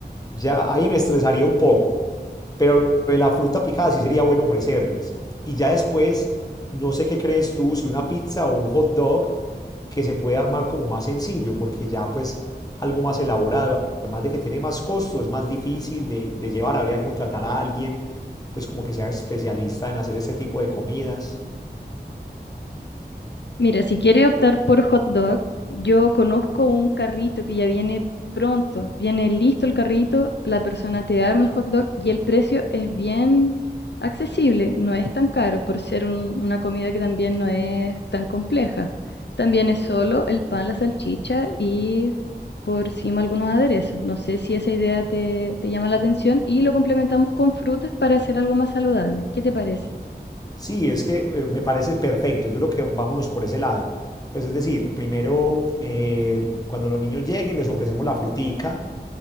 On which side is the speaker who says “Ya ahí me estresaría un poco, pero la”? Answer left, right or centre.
Left